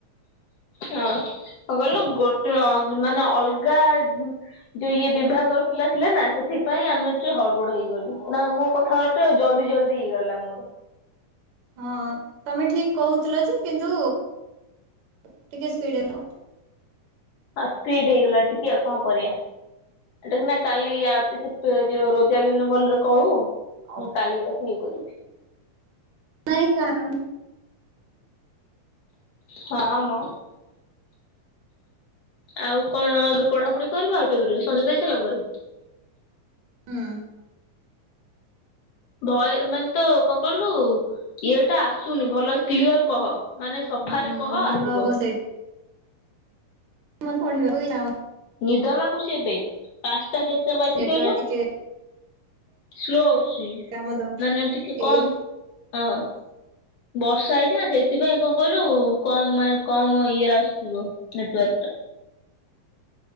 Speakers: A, on the left; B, on the right.
A: ହଁ କଣ କହିଲୁ ଗୋଟେ ମାନେ ଅଲଗା ଯୋଉ ଇଏ ବିଭାଗର ପିଲା ଥିଲେ ନା ସେଥିପାଇଁ ଆମେ ଟେ ହଡବଡ ହେଇଗଲୁ ନା ମୋ କଥା। ତେ ଜଲଦି ଜଲଦି ହେଇଗଲା ମୋର
B: ହଁ ତମେ ଠିକ କହୁଥିଲ ଯେ କିନ୍ତୁ ଟିକେ ସ୍ପିଡି ହେଲ
A: ହଁ ସ୍ପିଡି ହେଇଗଲା ଟିକେ ଆଉ କଣ କରିବା। ଏଟା ନା କାଲି ଆଉ ଟିକେ ଜ ଜୋଉ ରୋଜାଲୀନା ଭଲରେ କହୁ।
B: ହଉ
A: ମୁଁ
B: <inaudible>
A: କାଲି ତାକୁ ଇଏ କରିବି।
B: ନିହିଁ କାଲି।
A: ହଁ ମ। ଆଉ କଣ ତୁ ପଢାପଢି କରିବୁ ଆଉ ଟିକେ ପରେ ସଞ୍ଜ ଦେଇ ସାରିଲା ପରେ?
B: ହୁଁ।
A: ଭୟ ମାନେ ତ କଣ କଇଲୁ ଇଏ ଟା ଆସୁନି ଭଲ କ୍ଲିୟର କହ। ମାନେ ସଫାରେ
B: ହୁଁ
A: କହ
B: ଭଲ
A: ଆସିବ।
B: ହବ ମୋର ପଢ଼ି ବାକୁ ଇଛା ହେଉନି।
A: ନିଦ ଲାଗୁଚି ଏବେ ପାଞ୍ଚଟା କେତେଟା ବାଚି
B: ନେଟୱାର୍କ
A: କହିଲୁ?
B: ଟିକେ
A: ସ୍ଲୋ ଆସୁଚି
B: କାମ ଦ
A: ମାନେ ଟିକେ
B: ଏଇ
A: କମ୍ ହଁ। ବର୍ଷା ଆଜ୍ଞା ହେ ସେଥିପାଇଁ କଣ କହିଲୁ କମ୍ ମାନେ କମ୍ ଇଏର ଆସୁଥିବ ନେଟୱାର୍କ। ଟା।